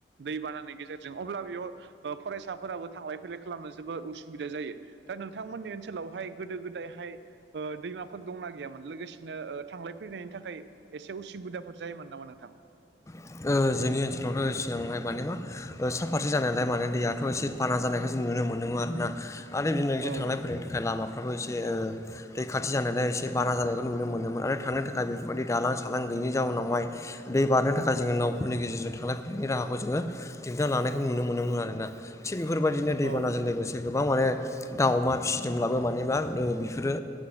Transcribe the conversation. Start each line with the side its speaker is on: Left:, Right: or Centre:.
Right: दै बानानि गेजेरजों अब्ला बेयाव ओ फरायसाफोराबो थांलाय फैलाय खालामनो जोबोर उसुबिदा जायो दा नोंथांमोननि ओनसोलावहाय गोदो गोदायहाय ओ दैमाफोर दंना गैयामोन लोगोसेनो थांलाय फैलायनायनि थाखाय एसे उसुबिदाफोर जायोमोन नामा नोंथां?
Left: ओ जोंनि ओनसोलावथ' सिगांहाय माने मा सा फारसे जानायालाय माने दैयाथ' एसे बाना जानायखौ जों नुनो मोनदोंमोन आर ना आरो बिदिनो ए
Right: औ
Left: थांलाय फैलायनि थाखाय लामाफ्राबो एसे ओ दै खाथि जानायाय एसे बारा जानायखौ नुनो मोनोमोन आरो थांनो थाखाय बेफोरबायदि दालां सालां गैयै जाउनावहाय दै बारनो थाखाय जोङो नावफोरनि गेजेरजों थांलाय फैलायनि राहाखौ जोङो दिनथिना लानायखौ नुनो मोनोमोन आरोना थिग बेफोरबायदिनो दैबानाजों
Right: औ
Left: लोगोसे गोबां माने दाउ अमा फिसिदोंब्लाबो माने बा बेफोरो